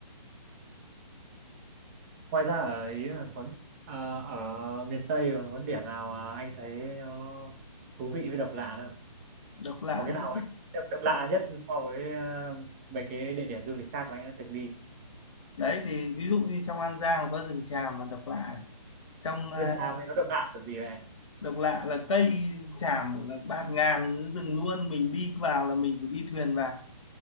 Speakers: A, on the right; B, on the left.
A: ngoài ra ở ý là có ờ, ở miền Tây còn có điểm nào mà anh thấy nó thú vị với độc lạ nữa không
B: độc lạ
A: có cái nào
B: nữa
A: anh độc, độc lạ
B: độc lạ.
A: nhất so với ờ, mấy cái địa điểm du lịch khác mà anh đã từng đi
B: đấy thì ví dụ như trong An Giang là có rừng tràm mà độc lạ này trong ờ,
A: rừng tràm ấy nó độc lạ kiểu gì vậy anh
B: độc lạ là cây tràm là bạt ngàn rừng luôn mình đi vào là mình phải đi thuyền vào